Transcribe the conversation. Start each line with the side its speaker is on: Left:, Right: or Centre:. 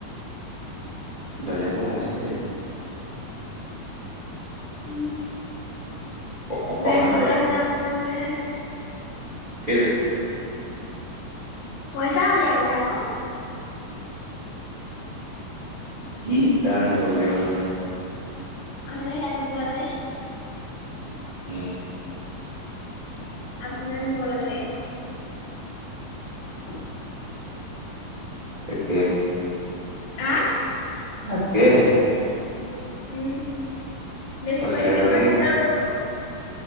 Right: দলি অকণমান আছে।
Left: উম
Right: অকমান
Left: বেংকলে
Right: যে অকণ
Left: যাম যাম গৈ আছে।
Right: কেলে?
Left: পইচা উলিয়াবলে আকৌ।
Right: কি কাৰণে বা উলিয়াব যাব লাগে?
Left: অথনি ৰাতি পোৱা যে
Right: উম।
Left: আপোনা দিবলে চাগে? <inaudible>
Right: তাকেহে।
Left: আহ
Right: তাকেহে।
Left: উম, বেছিকৈ
Right: সঁচাকে
Left: থাকে
Right: আহিব
Left: নহয়
Right: নে কিনো?
Left: তেতিয়া লৈ ল'ব।